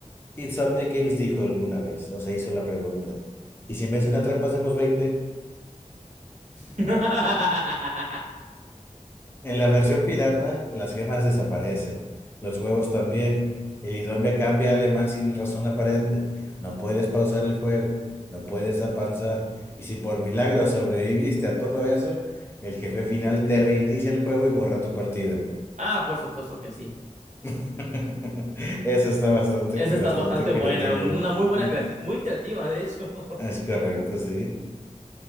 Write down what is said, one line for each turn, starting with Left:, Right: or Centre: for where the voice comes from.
Left: Insomnia Games dijo alguna vez, o sea, hizo la pregunta. ¿Y si en vez de una trampa hacemos 20?
Right: <laughs>
Left: En la versión pirata, las gemas desaparecen, los huevos también. El idioma cambia a alemán sin razón aparente. No puedes pausar el juego, no puedes avanzar. Y si por milagro sobreviviste a todo eso, el jefe final te reinicia el juego y borra tu partida.
Right: Ah, por supuesto que sí.
Left: <laughs> Eso está bastante,
Right: Esa
Left: bastante
Right: está bastante buena,
Left: creativo.
Right: una muy buena,
Left: Mm,
Right: creati- muy creativa, de hecho.
Left: Es
Right: <laughs>
Left: correcto, sí.